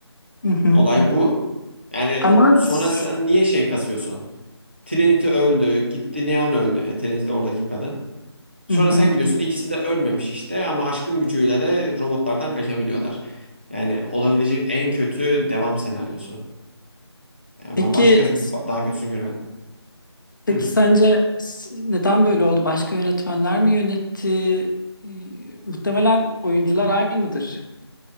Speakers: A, on the left; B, on the right.
A: Hı hı.
B: Olay bu. Yani
A: Ama
B: sonra
A: s-
B: sen niye şey kasıyorsun? Trinity öldü, gitti Neon öldü. Yani Trinity oradaki kadın. Sonra
A: hı hı.
B: sen gidiyorsun ikisi de ölmemiş işte ama aşkın gücüyle de robotlardan kaçabiliyorlar. Yani olabilecek en kötü devam senaryosu. Yani
A: Peki
B: ben başka ba-
A: s-
B: daha kötüsünü göremedim.
A: peki
B: Hı.
A: sence s- neden böyle oldu? Başka yönetmenler mi yönetti? Ee, Muhtemelen oyuncular aynıdır.